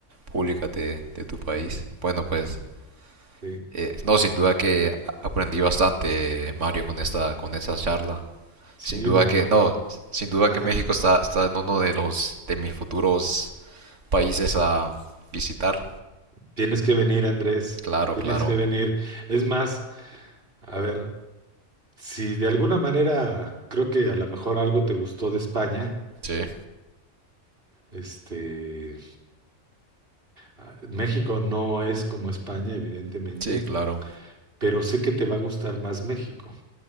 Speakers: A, on the right; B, on the right.
A: públicas de, de tu país. Bueno, pues,
B: sí,
A: eh, no, sin duda que a- aprendí bastante, Mario, con esta, con esta charla.
B: sí,
A: Sin duda
B: bueno,
A: que, no, sin duda
B: ajá.
A: que México está, está en uno de los, de mis futuros países a visitar.
B: Tienes que venir, Andrés,
A: Claro,
B: tienes
A: claro.
B: que venir. Es más, a ver, si de alguna manera creo que a lo mejor algo te gustó de España,
A: Sí,
B: Este, ah, México no es como España, evidentemente,
A: sí, claro.
B: pero sé que te va a gustar más México,